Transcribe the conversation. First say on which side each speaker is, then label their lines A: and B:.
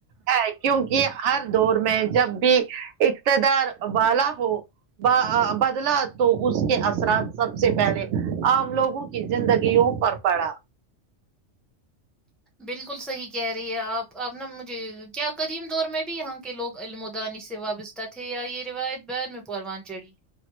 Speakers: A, on the right; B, in the centre.
A: ہے کیونکہ ہر دور میں جب بھی اقتدار والا ہو با آ بدلا تو اس کے اثرات سب سے پہلے عام لوگوں کی زندگیوں پر پڑا
B: بالکل صحیح کہہ رہی ہے آپ آپ نا مجھے کیا قدیم دور میں بھی یہاں کے لوگ علمودانی سے وابستہ تھے یا یہ روایت بعد میں پروان چڑھی